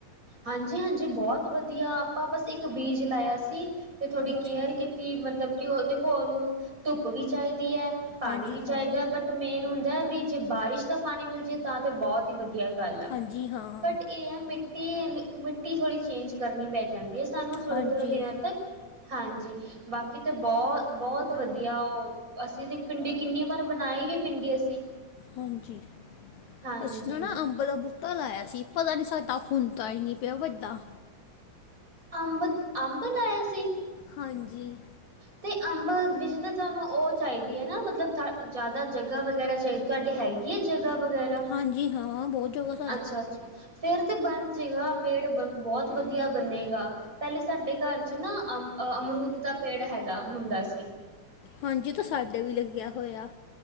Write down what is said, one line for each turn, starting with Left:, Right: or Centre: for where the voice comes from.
Right: ਹਾਂਜੀ, ਹਾਂਜੀ ਬਹੁਤ ਵਧੀਆ ਆਪਾਂ ਬਸ ਇੱਕ ਬੀਜ ਲਾਇਆ ਸੀ। ਤੇ ਥੋੜ੍ਹੀ
Left: ਅੱਛਾ
Right: ਕੇਅਰ ਕੀਤੀ ਮਤਲਬ ਕਿ ਉਹ ਦੇਖੋ ਉਹਨੂੰ ਧੁੱਪ ਵੀ ਚਾਹੀਦੀ ਹੈ। ਪਾਣੀ
Left: ਹਾਂਜੀ
Right: ਵੀ
Left: ਹਾਂ
Right: ਚਾਹੀਦਾ ਬਟ ਮੇਂਨ ਹੁੰਦਾ ਵੀ ਜੇ ਬਾਰਿਸ਼ ਦਾ ਪਾਣੀ ਮਿਲ ਜਾਏ ਤਾਂ ਤੇ ਬਹੁਤ ਹੀ ਵਧੀਆ। ਬਟ
Left: ਹਾਂਜੀ ਹਾਂ
Right: ਇਹ ਹੈ ਮਿੱਟੀ ਮ ਮਿੱਟੀ ਥੋੜੀ ਚੇੰਜ ਕਰਨੀ ਪੈ ਜਾਂਦੀ ਹੈ ਸਾਨੂੰ ਥੋੜੇ
Left: ਹਾਂਜੀ
Right: ਥੋੜੇ ਦਿਨਾਂ ਤੱਕ ਹਾਂਜੀ ਬਾਕੀ ਤੇ ਬਹੁਤ ਬਹੁਤ ਵਧੀਆ ਉਹ ਅਸੀਂ ਤੇ ਭਿੰਡੀ ਕਿੰਨੀ ਵਾਰ ਬਣਾਈ ਵੀ ਪਿੰਡੀ ਅਸੀਂ।
Left: ਹਾਂਜੀ,
Right: ਹਾਂਜੀ
Left: ਅੱਸੀ ਨਾ ਨਾ ਅੰਬ ਦਾ ਬੁ ਮਤਾਂ ਲਾਇਆ ਸੀ, ਪਤਾ ਨਹੀਂ ਸਾਡਾ ਹੁੰਦਾ ਹੀ ਨਹੀਂ ਪਿਆ ਵੱਡਾ।
Right: ਅੰਬ ਅੰਬ ਲਾਇਆ ਸੀ?
Left: ਹਾਂਜੀ-
Right: ਤੇ ਅੰਬ ਵਿਚ ਤਾਂ ਤੁਹਾਨੂੰ ਉਹ ਚਾਹੀਦੀ ਹੈ ਨਾ, ਮਤਲਬ ਜ਼ਿਆਦਾ ਜਗ੍ਹਾ ਵਗੈਰਾ ਚਾਹੀਦੀ ਤੁਹਾਡੇ ਹੈਗੀ। ਹੈਗੀ ਹੈ ਜਗਹ ਵਗੈਰਾ?
Left: ਹਾਂਜੀ ਹਾਂ ਬਹੁਤ ਜਗਹ ਹੈ।
Right: ਅਛਾ- ਅਛਾ ਫੇਰ ਤੇ ਬਣ ਜਾਇਗਾ ਪੇੜ ਬਹੁਤ ਵਧੀਆ ਬਣੇੇਗਾ। ਪਹਿਲੇ ਸਾਡੇ ਘਰ ਚ ਨਾ, ਅਮ ਅਮਰੂਦ ਦਾ ਪੇੜ ਹੈਗਾ ਹੁੰਦਾ ਸੀ।
Left: ਹਾਂਜੀ ਓਹ ਸਾਡੇ ਵੀ ਲੱਗਿਆ ਹੋਇਆ।